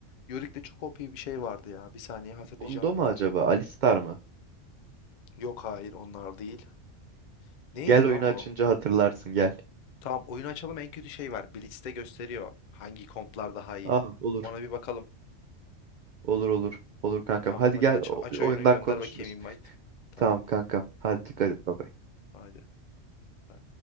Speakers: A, on the left; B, on the right.
A: Yorick'te çok OP bir şey vardı ya. Bir saniye hatırlayacağım.
B: Mundo mu acaba? Alistar mı?
A: Yok hayır onlar değil. Neydi
B: Gel oyunu
A: lan o?
B: açınca hatırlarsın gel.
A: Tamam oyunu açalım en kötü şey var. Blitz'te gösteriyor. Hangi komplar daha iyi.
B: Aa olur.
A: Ona bir bakalım.
B: Olur olur. Olur kankam.
A: Tamam
B: Hadi
A: hadi
B: gel
A: aç
B: o-
A: aç
B: oyundan
A: oyunu gönder
B: konuşuruz.
A: bakayım invite. Tamam
B: Tamam kankam. Hadi dikkat et baba.
A: hadi. Ee,